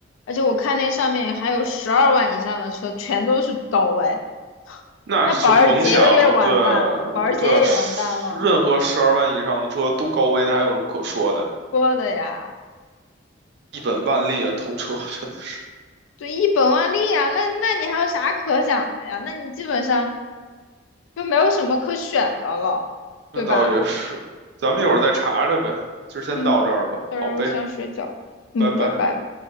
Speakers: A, on the left (about 80°); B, on the right (about 55°).
A: 而且我看那上面还有十二万以上的车，全都是高位，
B: 那就甭想了。
A: 那保时捷也完蛋了，
B: 对
A: 保时捷也完蛋了。
B: 对，十任何十二万以上的车都高危，那还有什么可说的？
A: 说的呀，
B: 一本万利啊，偷车真的是。
A: 对，一本万利呀，那那你还有啥可想的呀？那你基本上就没有什么可选的了，对吧？
B: 那倒也是，咱们一会儿再查查呗，就先到这儿吧。
A: 嗯，到时候想睡觉，
B: 好呗，
A: 嗯，
B: 拜拜。
A: 拜拜。